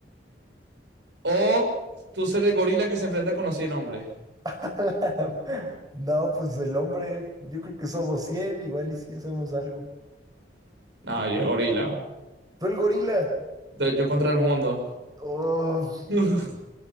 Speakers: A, on the right; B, on the right.
A: O tú ser el gorila que se enfrenta con los 100 hombres.
B: <laughs> No, pues el hombre, yo creo que somos 100 igual y si hacemos algo.
A: No, yo el gorila.
B: ¡Tú el gorila!
A: Yo yo contra el mundo.
B: Oh.
A: <laughs>